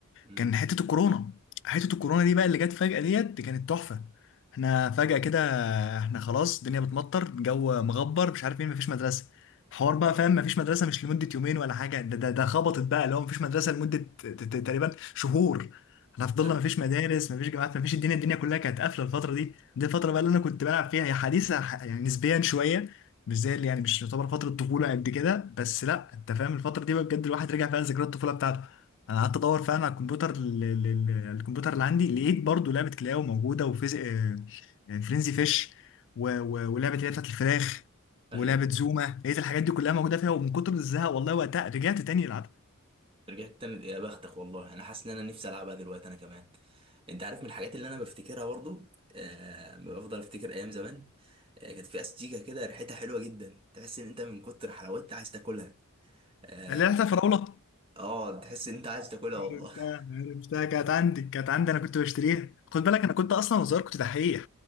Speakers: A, on the right (about 25°); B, on the left (about 60°).
A: امم
B: كان حتة الكورونا حتة الكورونا دي بقى اللي جت فجأة ديت كانت تحفة احنا فجأة كده احنا خلاص الدنيا بتمطر الجو مغبر مش عارف مين مفيش مدرسة حوار بقى فاهم مفيش مدرسة مش لمدة يومين ولا حاجة ده ده, ده خبطت بقى اللي هو مفيش مدرسة لمدة ت- ت- تقريبا شهور احنا فضلنا
A: ايوه
B: مفيش مدارس مفيش جامعات مفيش الدنيا الدنيا كلها كانت قافلة الفترة دي دي الفترة بقى اللي انا كنت بلعب فيها هي حديثة ح- يعني نسبيا شوية مش زي اللي يعني مش يعتبر فترة طفولة قد كده بس لا انت فاهم الفترة دي بقى بجد الواحد رجع فيها ذكريات الطفولة بتاعته انا قعدت ادور فعلا على الكمبيوتر ال- ال- ال- الكمبيوتر اللي عندي لقيت برضو لعبه كلاو موجوده وفيز آه، آه، فرينزي فيش و- و- ولعبه اللي هي بتاعت الفراخ
A: ايوه
B: ولعبه زوما لقيت الحاجات دي كلها موجوده فيها ومن كتر الزهق والله وقتها رجعت تاني العبها
A: رجعت تاني يا بختك والله انا حاسس ان انا نفسي العبها دلوقتي انا كمان انت عارف من الحاجات اللي انا بفتكرها برضو آه بفضل افتكر ايام زمان آه كانت في استيكه كده ريحتها حلوه جدا تحس ان انت من كتر حلاوتها عايز تاكلها اه
B: اللي لعبتها فراوله
A: آه، تحس ان انت عايز تاكلها
B: عرفتها
A: والله <laughs>
B: عرفتها كانت عندي كانت عندي انا كنت بشتريها خد بالك انا كنت اصلا وصغير كنت دحيح